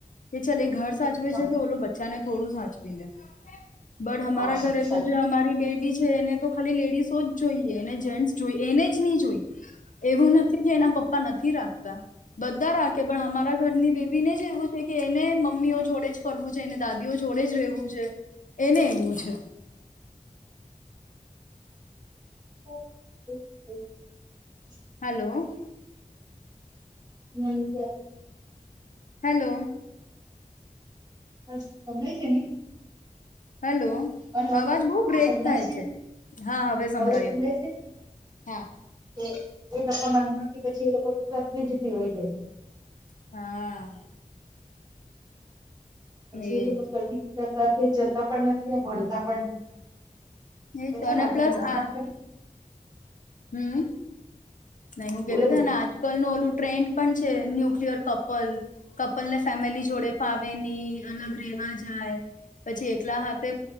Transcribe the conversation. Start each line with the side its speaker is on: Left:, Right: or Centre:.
Left: કે ચલ એ ઘર સાચવે
Right: હા
Left: છે તો ઓલો બચ ચા ને થોડું સાચવી લે. બડ હમારા.
Right: હા
Left: તો જો અમારી. બેબી છે એને તો ખાલી લેડીસો જ જોઈએ એને જેન્ટ્સ જોઈએ એને જ ની જોઈ એવું નથી કે એના પપ્પા નથી રાખતા બધા રાખે પણ અમારા ઘરની બેબીને જ એવું છે કે, એને મમ્મીઓ જોડે જ ફરવું છે એને દાદીઓ જોડે જ રહેેવું છે એને એવું છે.
Right: ઓ <inaudible>
Left: હલો.
Right: હમ કેમ.
Left: હલો.
Right: હ સંભળાય છે ને.
Left: હેલો
Right: હલો
Left: અવાજ બઉ બ્રેક
Right: આ સંભળાય
Left: થાય છે હા હવે સંભળાયું
Right: સંભળાય છે
Left: હા.
Right: એ એ લોકો નાનપણથી પછી એ લોકો સાવીજી હોય જાય છે.
Left: હા.
Right: પછી
Left: એજ
Right: એ લોકો <inaudible> સાથે જતા નથી ને ભણતા પણ
Left: એ
Right: નથી
Left: તને
Right: ને આપણે
Left: પ્લસ
Right: નાના
Left: આ
Right: હોયને
Left: હમ નહી હું
Right: બોલો
Left: કતી તને
Right: બોલો
Left: આજ કલ નું ઓલું ટ્રેન્ડ પણ છે ન્યુક્લયર કપલ કપલ ને ફેમિલી જોડે ફાવે નની અલગ રેવા જાય પછી એકલા હાથે